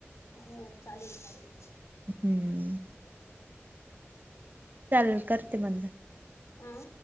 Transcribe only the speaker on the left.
हो चालेल चालेल.
हा.